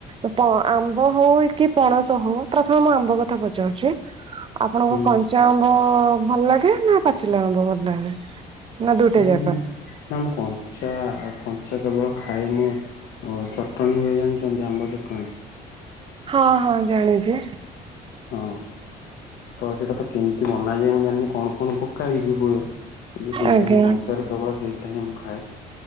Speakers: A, on the right; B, on the left.
A: ଉପ ଆମ୍ବ ହଉ କି ପଣସ ହଉ ପ୍ରଥମେ ମୁଁ ଆମ୍ବ କଥା ପଚାଉଛି। ଆପଣଙ୍କୁ
B: ହୁଁ
A: କଞ୍ଚା ଆମ୍ବ ଭଲ ଲାଗେ ନା ପାଚିଲା ଆମ୍ବ ଭଲ ଲାଗେ? ନା ଦୁଇଟା
B: ନାଇ
A: ଯାକ
B: ନାଇଁ ମୁଁ ନା ମୁଁ କଞ୍ଚା କଞ୍ଚା କେବଳ ଖାଏ ମୁଁ ହଁ ଚଟଣି ହୁଏ ଜାଣିଛନ୍ତି ଆମ୍ବ ଚଟଣି
A: ହଁ ହଁ ଜାଣିଛି।
B: ହଁ ତ ସେଇଟା ତ କେମିତି ବନାଯାଏ ମୁଁ ଜାଣିନି କଣ କଣ ପକା ହେଇକି ହୁଏ। କିନ୍ତୁ ସେଇଟା
A: ଆଜ୍ଞା
B: ହିଁ କଞ୍ଚାରେ କେବଳ ସେଇଟା ହିଁ ମୁଁ ଖାଏ।